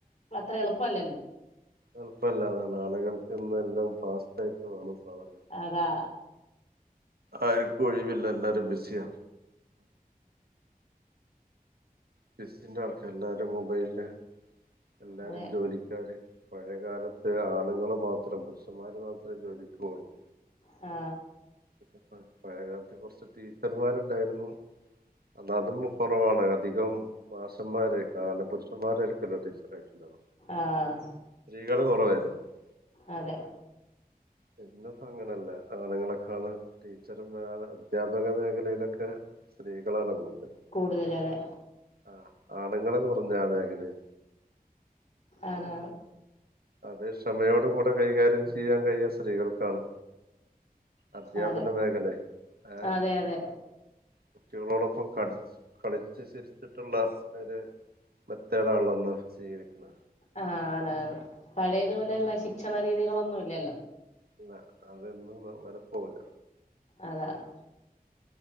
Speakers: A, on the left; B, on the right.
A: അത്ര എളുപ്പല്ലല്ലോ
B: എളുപ്പല്ല ആളുകൾക്ക് ഇന്നെല്ലാം ഫാസ്റ്റ് ആയിട്ട് വേണം. സാധനങ്ങൾ
A: അതാ
B: ആർക്കും ഒഴിവില്ല എല്ലാരും ബിസിയാ. ബസിന്റെ ആൾക്ക് എല്ലാരും മൊബൈലില് എല്ലാരും
A: അതെ
B: ജോലിക്കാര് പഴയകാലത്ത് ആണുങ്ങള് മാത്രം പുരുഷന്മാര് മാത്രമേ ജോലിക്ക് പോവുള്ളൂ
A: ആ
B: ഇപ്പപ്പോ മഴകാലത്ത് കുറച്ച് ടീച്ചർമാരുണ്ടായിരുന്നു എന്ന അതും കുറവാണ് അധികം മാഷന്മാരെന്നെ പുരുഷന്മാരായിരിക്കോലോ ടീച്ച ായിട്ടുണ്ട <unintelligible> ല്ലോ
A: ആഹ്
B: സ്ത്രീകൾ കൊറവായിരുന്നു ആ
A: അതെ
B: പിന്നെപ്പോ അങ്ങനല്ലേ ആണുങ്ങളൊക്കെയാണ് ടീച്ചറും അദ്ധ്യാപക മേഖലയിലൊക്കെ- സ്ത്രീകളാണ് കൂടുതൽ
A: കൂടുതല് അതെ
B: ആ ആണുങ്ങളെന്നു പറഞ്ഞാ അതാ ഇങ്ങനെ -
A: ആണ് ആണ്
B: അത് ക്ഷമയോട കൂടെ കൈകാര്യം ചെയ്യാൻ കഴിയ സ്ത്രീകൾക്കാണ് അധ്യാപന
A: അതെ
B: മേഖല ഏ
A: അതെ അതെ
B: കുട്ടികളോടൊപ്പം കള കളിച്ച് ചിരിച്ചിട്ടുള്ള ഒരു മെത്തേഡ് ആണല്ലൊ ഇന്ന് സ്വീകരിക്കുന്നത്
A: ആണ് ആണ് പഴയതുപോലെയുള്ള ശിക്ഷണ രീതികളൊന്നുല്ലല്ലോ
B: അല്ല അതൊന്നും വെലപ്പോവില്ല
A: അതാണ്